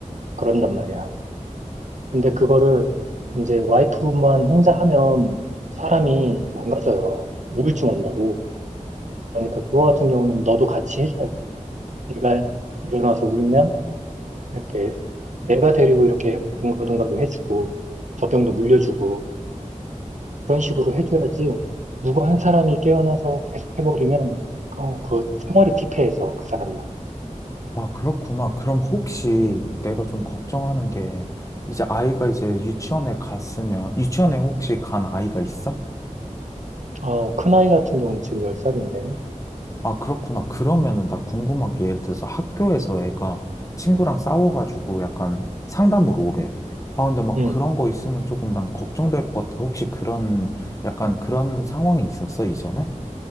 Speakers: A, on the right; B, on the left.
A: 그런단 말이야. 근데 그거를 이제 와이프만 혼자 하면 사람이 망가져요. 우울증 온다고. 그러니까 그거 같은 경우는 너도 같이 해줘야 돼. 얘가 일어나서 울면 이렇게 내가 데리고 이렇게 둥가둥가도 해주고 젖병도 물려주고 그런 식으로 해줘야지 누구 한 사람이 깨어나서 계속 해버리면 어, 그 생활이 피폐해서 그 사람만.
B: 아, 그렇구나. 그럼 혹시
A: 음.
B: 내가 좀 걱정하는 게 이제 아이가 이제 유치원에 갔으면, 유치원에 혹시 간 아이가 있어?
A: 어, 큰아이 같은 경우는 지금 10살인데
B: 아, 그렇구나. 그러면은 나 궁금한 게 예를 들어서 학교에서 애가 친구랑 싸워가지고 약간 상담으로 오래. 아, 근데 막
A: 음,
B: 그런 거 있으면 조금 난 걱정될 것 같은데 혹시 그런 약간 그런 상황이 있었어, 이전에?